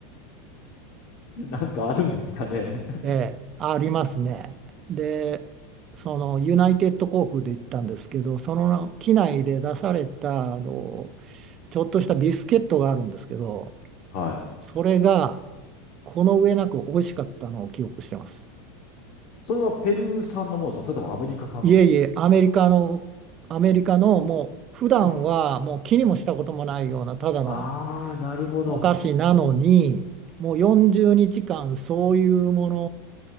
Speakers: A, on the left (about 55°); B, on the right (about 40°).
A: <laughs> なんかあるんですかね。<laughs>
B: ええ、ありますね。で、そのユナイテッド航空で行ったんですけど、その機内で出されたあのちょっとしたビスケットがあるんですけど、
A: はい。
B: それがこの上なく美味しかったのを記憶してます。
A: それはペルー産のものですかそれともアメリカ産なんですか
B: いえいえ、アメリカの、アメリカのもう普段はもう気にもしたこともないようなただの
A: はい。ああ、なるほど。
B: お菓子なのに、もう40日間そういうもの